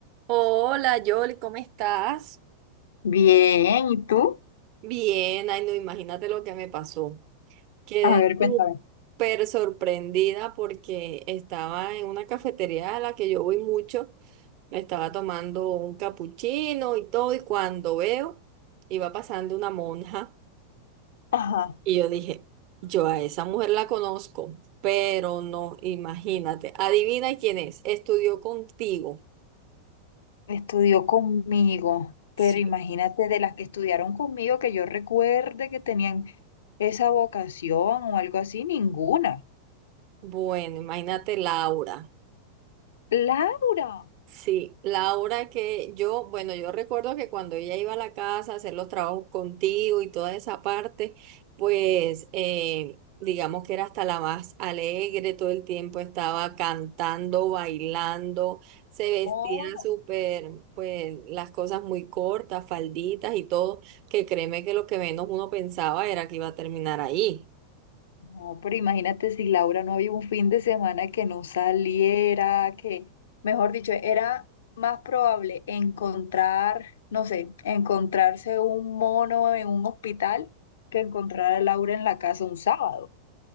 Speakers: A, on the right; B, on the left.
A: Hola, Yoli, ¿cómo estás?
B: Bien, ¿y tú?
A: Bien, ay, no, imagínate lo que me pasó. Quedé
B: A ver, cuéntame.
A: súper sorprendida porque estaba en una cafetería a la que yo voy mucho, me estaba tomando un capuchino y todo, y cuando veo, iba pasando una monja
B: Ajá,
A: y yo dije, yo a esa mujer la conozco, pero no, imagínate, adivina quién es, estudió contigo.
B: estudió conmigo,
A: Sí.
B: pero imagínate de las que estudiaron conmigo que yo recuerde que tenían esa vocación o algo así, ninguna.
A: Bueno, imagínate Laura.
B: Laura,
A: Sí, la hora que yo, bueno, yo recuerdo que cuando ella iba a la casa a hacer los trabajos contigo y toda esa parte, pues eh, digamos que era hasta la más alegre, todo el tiempo estaba cantando, bailando, se vestía
B: oh,
A: súper, pues las cosas muy cortas, falditas y todo, que créeme que lo que menos uno pensaba era que iba a terminar ahí.
B: no, pero imagínate si Laura no había un fin de semana que no saliera, que, mejor dicho, era más probable encontrar, no sé, encontrarse un mono en un hospital que encontrar a Laura en la casa un sábado.